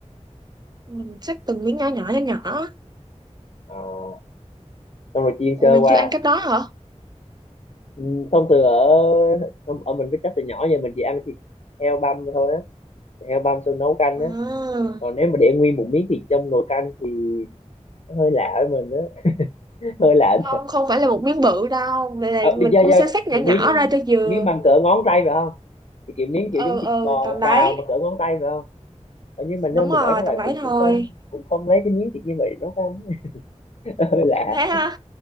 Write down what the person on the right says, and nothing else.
mình xách từng miếng nhỏ nhỏ nhỏ nhỏ
ủa
bạn
chưa ăn cách đó hả
à,
không không phải là một miếng bự đâu vậy là
mình cũng
sẽ xắt nhỏ
nhỏ
ra cho vừa
ừ
ừ
tầm đấy
đúng
rồi
tầm đấy
thôi
thế ha